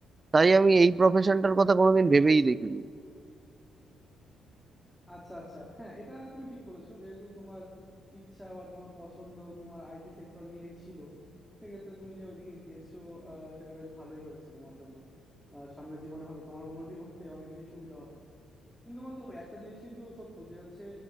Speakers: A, on the right; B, in the centre.
A: তাই আমি এই প্রফেশনটার কথা কোনোদিন ভেবেই দেখিনি
B: আচ্ছা আচ্ছা হ্যাঁ এটা তুমি ঠিক বলেছো যেহেতু তোমার ইচ্ছা বা তোমার পছন্দ তোমার আইটি সেক্টর নিয়েই ছিল সেক্ষেত্রে তুমি যে ওইদিকে গেছো আহ, সেটা বেশ ভালোই হয়েছে তোমার জন্য আহ, সামনের জীবনে হয়তো তোমার উন্নতি করতে অনেক বেশি সুবিধা হবে কিন্তু বন্ধু একটা জিনিস কিন্তু সত্য যে হচ্ছে